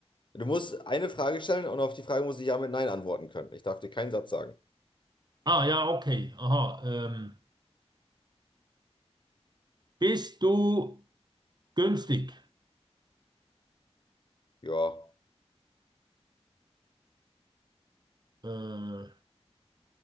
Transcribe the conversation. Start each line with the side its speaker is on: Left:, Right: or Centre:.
Left: du musst eine Frage stellen und auf die Frage muss ich ja mit Nein antworten können. Ich darf dir keinen Satz sagen.
Right: Ah ja, okay. Aha. Ähm, bist du günstig?
Left: Ja,
Right: Äh,